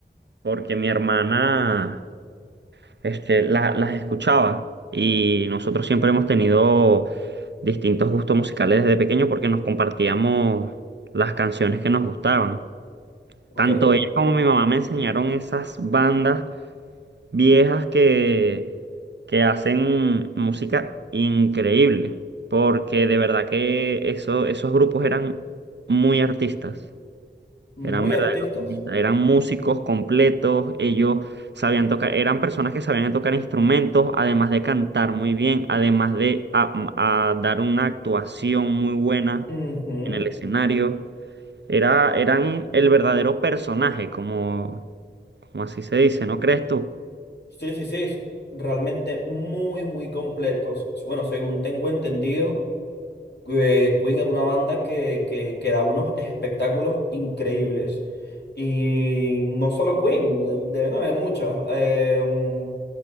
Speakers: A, on the right; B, on the left.
A: porque mi hermana este, la- las escuchaba y nosotros siempre hemos tenido distintos gustos musicales desde pequeño porque nos compartíamos las canciones que nos gustaban.
B: Ok.
A: Tanto ella como mi mamá me enseñaron esas bandas viejas que, que hacen música increíble, porque de verdad que eso- esos grupos eran muy artistas,
B: Muy
A: eran verdaderos
B: artistas.
A: artistas, eran músicos completos, ellos sabían tocar, eran personas que sabían tocar instrumentos, además de cantar muy bien, además de a- a dar una actuación muy buena
B: Ujú.
A: en el escenario. Era, eran el verdadero personaje, como, como así se dice, ¿no crees tú?
B: Sí, sí, sí. es Realmente muy, muy completos. Bueno, según tengo entendido. que Queen era una banda que, que, que daba unos espectáculos increíbles. Y no solo Queen, eh, deben haber muchas. Eh,